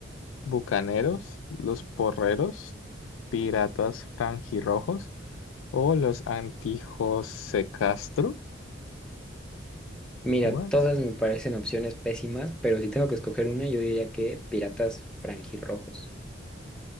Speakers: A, on the left; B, in the centre.
A: ¿Bucaneros, los porreros, piratas franjirrojos o los antijos Castro?
B: Mira,
A: What?
B: todas me parecen opciones pésimas, pero si tengo que escoger una, yo diría que Piratas Franjirrojos.